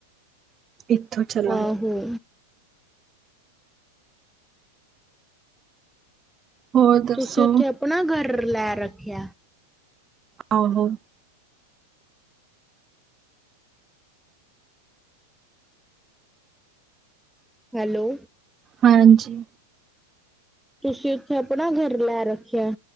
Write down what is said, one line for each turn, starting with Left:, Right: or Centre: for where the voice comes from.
Right: ਇੱਥੋਂ ਚਲਾੰਗੇ
Centre: ਆਹੋ
Right: ਹੋਰ ਦੱਸੋ
Centre: ਤੁਸੀਂ ਉੱਥੇ ਆਪਨਾ ਗਰ੍ਹਰ੍ਹ ਲੈ ਰੱਖਿਆ।
Right: ਆਹੋ।
Centre: ਹੈਲੋ।
Right: ਹਾਂਜੀ।
Centre: ਤੁਸੀਂ ਉੱਥੇ ਅਪਨਾ ਘਰ ਲੈ ਰੱਖਿਆ।